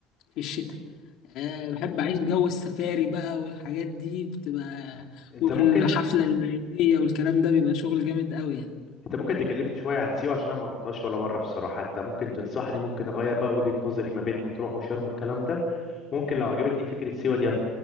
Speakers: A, on the left; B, on the left.
A: في الشتاء أه بحب أعيش جو السفاري بقى والحاجات دي بتبقى
B: انت
A: والحفلة
B: ممكن
A: الليلية والكلام ده بيبقى شغل جامد قوي يعني
B: انت ممكن تكلمني شويه عن سيوه عشان انا ما رحتهاش ولا مره بصراحه انت ممكن تنصحني ممكن اغير بقى وجهه نظري ما بين مطروح وشرم والكلام ده ممكن لو عجبتني فكرة سيوة دي أت-